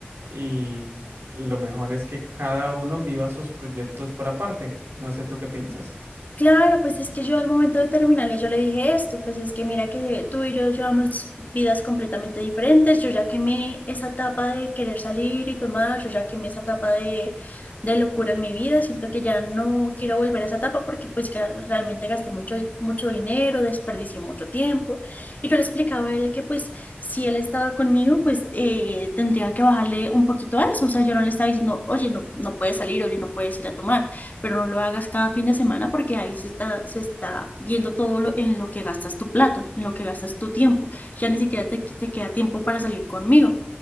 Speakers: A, on the right; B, on the left.
A: y lo mejor es que cada uno viva sus proyectos por aparte. No sé tú qué piensas.
B: Claro, pues es que yo al momento de terminarle yo le dije esto, pues es que mira que tú y yo llevamos vidas completamente diferentes, yo ya quemé esa etapa de querer salir y tomar, yo ya quemé esa etapa de, de locura en mi vida, siento que ya no quiero volver a esa etapa porque pues ga- realmente gasté mucho, mucho dinero, desperdicié mucho tiempo y yo le explicaba a él que pues si él estaba conmigo pues eh, tendría que bajarle un poquito a eso, o sea, yo no le estaba diciendo, oye, no, no puedes salir, oye, no puedes ir a tomar pero no lo hagas cada fin de semana porque ahí se está, se está viendo todo lo, en lo que gastas tu plata, en lo que gastas tu tiempo. Ya ni siquiera te, te queda tiempo para salir conmigo.